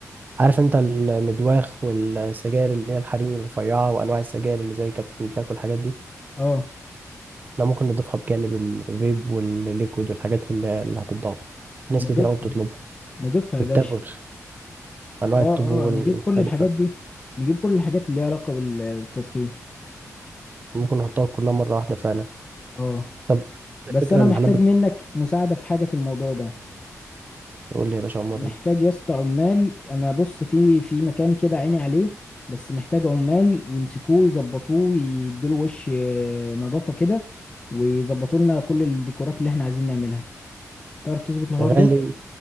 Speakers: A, on the right; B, on the left.
A: عارف انت المدواخ والسجاير اللي هي الحريم الرفيعه وانواع السجاير اللي زي كابتن بلاك والحاجات دي
B: اه
A: احنا ممكن نضيفها بجانب الفيب والليكويد والحاجات اللي اللي هتتضاف في ناس
B: نضيفها
A: كتير قوي بتطلبها
B: نضيفها
A: والتبغ
B: يا باشا
A: انواع
B: اه
A: الطبوع
B: اه نجيب
A: المختلفه
B: كل الحاجات دي نجيب كل الحاجات اللي ليها علاقة بال- بالتدخين
A: ممكن نحطها كلها مرة واحدة فعلا
B: اه
A: طب الفكرة
B: بس انا
A: المحلات
B: محتاج
A: بتقول
B: منك مساعدة في حاجة في الموضوع ده
A: يقول لي يا باشا عمرنا
B: محتاج يا اسطى عمال انا بص في في مكان كده عيني عليه بس محتاج عمال يمسكوه يظبطوه يدوله وش آه، نظافة كده ويظبطوا لنا كل الديكورات اللي احنا عايزين نعملها تعرف تظبط الحوار
A: غالي
B: ده